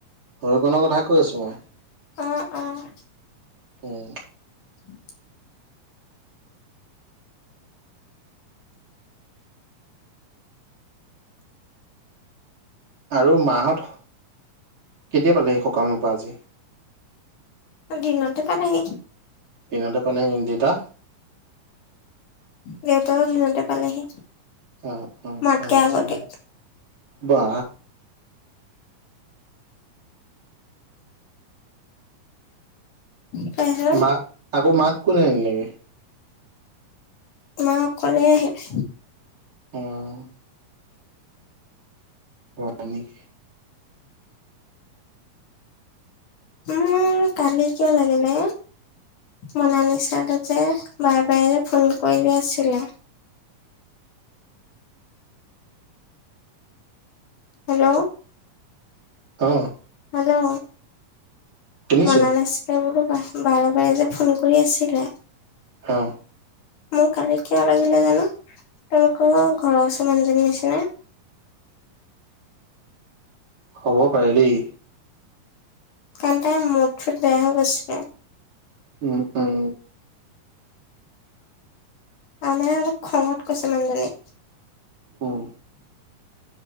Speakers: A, on the right; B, on the left.
A: সেইকণৰ কথা কৈ আছোঁ মই।
B: অ', - অ'।
A: উম।
B: উম।
A: আৰু মা হত, কেতিয়া পালেহি সকামৰ পৰা আজি?
B: দিনতে পালেহি।
A: দিনতে পালেহি, দেউতা!
B: দেউতাও দিনতে পালেহি।
A: অ', - অ',
B: মোতকে
A: - অ',
B: আগতে
A: - উম, বা।
B: কয় হ'ল।
A: মাক আকৌ মাক কোনে আনিলে গে?
B: মা, অকলে আহিলে।
A: উম। হয় নেকি!
B: উম, কালি কিয় লাগিলা? মনালিছা দেউতায়ে বাৰে বাৰে যে ফোন কৰি আছিলা। হেল্ল'।
A: অঁহ'।
B: হেল্ল'।
A: শুনিছো
B: মনালিছ লৈ বোলো বা-বাৰে বাৰে যে ফোন কৰি আছিলে
A: অ'।
B: মোৰ কালি কিয় লাগিলে জানো, তোমালোকৰ ঘৰৰ ওচৰৰ মানুহজনীৰ নিচিনা।
A: হ'ব পাৰে দেই।
B: কালি তাইৰ মুড চুড বেয়া হৈ গৈছিলে।
A: উম, উ।
B: তাৰমানে অলপ খঙত কৈছে মানুহজনীক।
A: উম।